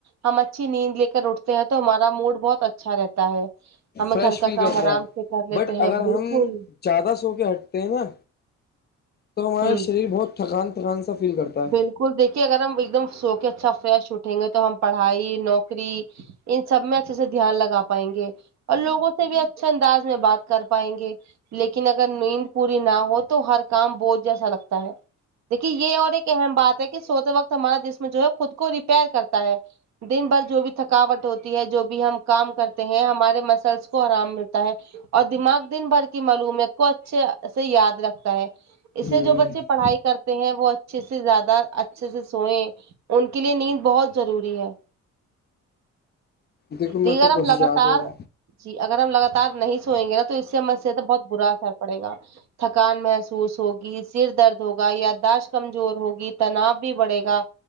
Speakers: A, on the right (about 65°); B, on the left (about 35°).
A: ہم اچھی نیند لے کر اٹھتے ہیں تو ہمارا موڈ بہت اچھا رہتا ہے ہمیں
B: فریش
A: گھر کا
B: فیل کرتا
A: کام آرام
B: ہے
A: سے کر لیتے
B: بٹ
A: ہیں
B: اگر
A: بالکل
B: ہم زیادہ سو کے ہٹتے ہیں نا تو ہمارا
A: ہوں
B: شریر بہت تھکان تھکان سا فیل کرتا ہے
A: بالکل دیکھیے اگر ہم ایک دم سو کے اچھا فریش اٹھیں گے تو ہم پڑھائی نوکری ان سب میں اچھے سے دھیان لگا پائیں گے اور لوگوں سے بھی اچھے انداز میں بات کر پائیں گے لیکن اگر نیند پوری نہ ہو تو ہر کام بہت جیسا لگتا ہے دیکھیے یہ اور ایک اہم بات ہے کہ سوتے وقت ہمارا جسم جو ہے خود کو ریپیئر کرتا ہے دن بھر جو بھی تھکاوٹ ہوتی ہے جو بھی ہم کام کرتے ہیں ہمارے مسلس کو آرام ملتا ہے اور دماغ دن بھر کی معلومیت کو اچھے سے یاد رکھتا ہے اس سے
B: ہ
A: جو بچے پڑھائی کرتے ہیں وہ اچھے سے زیادہ اچھے سے سوئئے ان کے لیے نیند بہت ضروری ہے
B: دیکھو میں
A: دیگرم
B: تو کوشش
A: لگاتار
B: آ
A: جی اگر ہم لگاتار نہیں سوئیں گے نا تو اس سے ہم سے بہت برا پڑے گا تھکان محسوس ہوگی سر درد ہوگا یاداشت کمزور ہوگی تناؤ بھی بڑھے گا